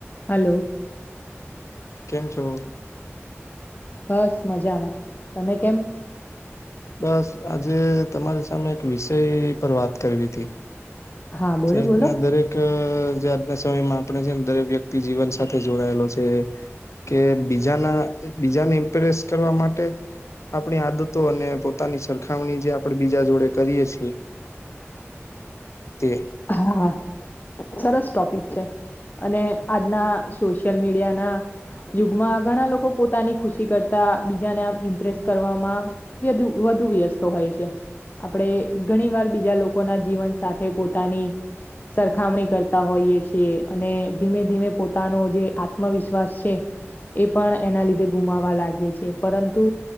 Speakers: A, on the left; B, on the left.
A: હાલો.
B: કેમ છો?
A: બસ મજામાં તમે કેમ
B: બસ આજે તમારી સામે એક વિષય પર વાત કરવી હતી.
A: હા બોલો
B: ચેક
A: બોલો
B: ના દરેક એક જે આજના સમયમાં આપણે છે ને દરેક વ્યક્તિ જીવન સાથે જોડાયેલો છે, કે બીજાના બીજાને ઇમ્પ્રેસ કરવા માટે આપણી આદતો અને પોતાની સરખામણી જે આપણે બીજા જોડે કરીએ છીએ,
A: <unintelligible>
B: તે
A: હા. સરસ ટોપિક છે, અને આજના સોશિયલ મીડિયાના યુગમાં ઘણા લોકો પોતાની ખુશી કરતા બીજાને આમ ઇમ્પ્રેસ કરવામાં, તે વધુ વ્યસ્ત હોય છે, આપણે ઘણી વાર બીજા લોકોના જીવન સાથે પોતાની સરખામણી કરતા હોઈએ છીએ, અને ધીમે ધીમે પોતાનો જે આત્મવિશ્વાસ છે. એ પણ એના લીધે ગુમાવા લાગે છે, પરંતુ